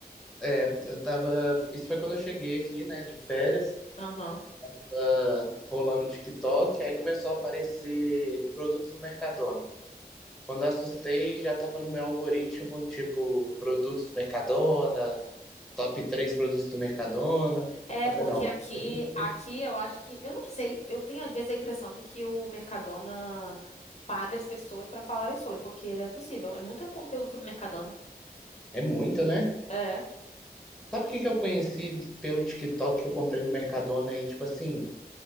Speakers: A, in the centre; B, on the left (about 40°).
A: É, eu tava. Isso foi quando eu cheguei aqui, né, de férias,
B: Aham.
A: tava rolando o TikTok, aí começou a aparecer produtos do Mercadona. Quando eu assustei, já tava no meu algoritmo, tipo, produtos do Mercadona, top 3 produtos do Mercadona. Aí
B: É,
A: Eu
B: porque
A: falei, não, eu tenho-
B: aqui,
A: eu tenho que-
B: aqui eu acho que, eu não sei, eu tenho às vezes a impressão de que o Mercadona paga as pessoas pra falarem sobre, porque não é possível. É muito conteúdo sobre Mercadona.
A: é muito, né?
B: É.
A: Sabe o que que eu conheci pelo TikTok que eu comprei no Mercadona e, tipo assim,